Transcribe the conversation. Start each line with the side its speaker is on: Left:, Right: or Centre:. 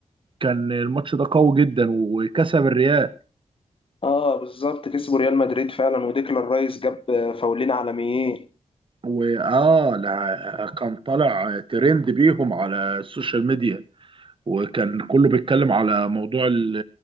Right: كان الماتش ده قوي جدا وكسب الريال
Left: اه بالظبط كسبوا ريال مدريد فعلا وديكلان رايس جاب فاولين عالميين
Right: واه لا كان طالع ترند بيهم على السوشيال ميديا وكان كله بيتكلم على موضوع ال-